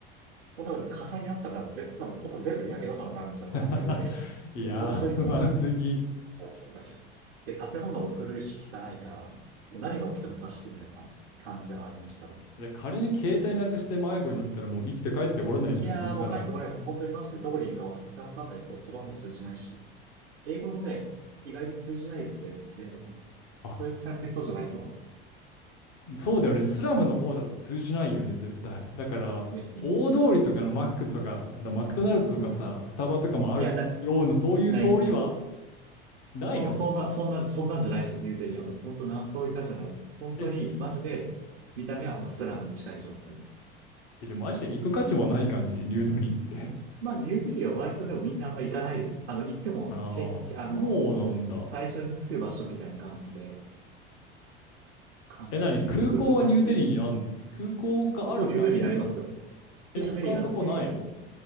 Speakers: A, on the right; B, on the left.
A: もう多分ね、火災にあったら多分ぜ、多分ほんと全部焼け野原になるんじゃないかなっていうぐらい、
B: <laughs> いやー、
A: 本当にも
B: 不満すぎ。
A: う、で、建物も古いし汚いから、もう何が起きてもおかしくないような感じではありました。
B: で仮に携帯なくして迷子になったらもう生きて帰ってこれないじゃん、
A: いやーもう帰ってこないです。
B: そしたら。
A: 本当にマジでどこにいるかは絶対わかんないですよ。子供も通じないし。英語もね、意外と通じないですね。で、
B: あ、
A: 教育された人じゃないと。
B: そうだよね。スラムの方だと通じないよね、絶対。だから、
A: ですね。
B: 大通りとかのマックとか、だマクドナルドとかさ、
A: うん。
B: スタバとかもあるような、
A: いや、な、
B: そういう通りは、
A: ない。
B: ないの
A: そ、そんな、そんな、そんなんじゃないですよ、ニューデリアは。本当な、そういう感じじゃないです。本当に、
B: え、
A: マジで、見た目はもうスラムに近い状態の。
B: えじゃあマジで行く価値もない感じ、ニューデリーって。
A: まあ、ニューデリアは割とでもみんなあんま行かないです。あの、行っても、
B: <laughs> ああ、
A: け、け、
B: そうなんだ。
A: あのー最初に着く場所みたいな感じで、感じですね。
B: え、なに、空港はニューデリーにあんの空港があるだけのため。
A: 空港があって、空港ニューデリアありますよ。一応デリーがあって、
B: え、他のとこないの